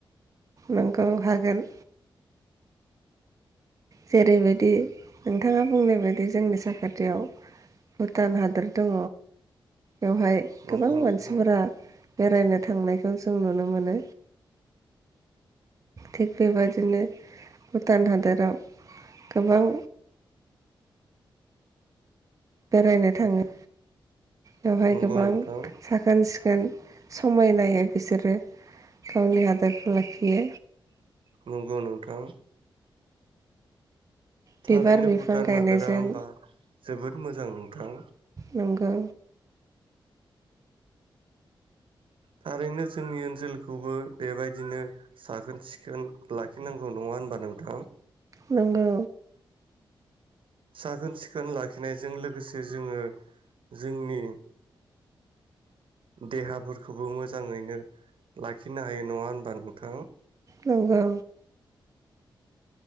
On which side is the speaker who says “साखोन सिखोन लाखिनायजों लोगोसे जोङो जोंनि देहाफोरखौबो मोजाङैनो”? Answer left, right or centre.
Right